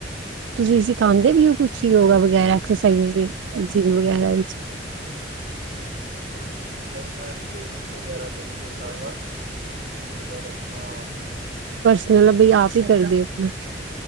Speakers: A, on the right; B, on the right.
A: ਤੁਸੀਂ ਸਿਖਾਦੇ ਵੀ ਹੋ ਕੁਛ ਯੋਗਾ ਵਗੈਰਾ ਐਕਸਸਾਈਜ਼ ਜਿੰਮ ਵਗੈਰਾ ਵਿੱਚ।
B: ਨਹੀਂ ਮੈਂ ਟ੍ਰੇਨਿੰਗ ਵਗੈਰਾ ਤੇ ਨੀ ਦਿੰਦਾ ਹੈਗਾ ਪਰ ਆਪਣਾ
A: ਮਤਲਬ ਬਈ ਆਪ ਹੀ ਕਰਦੇ ਹੋ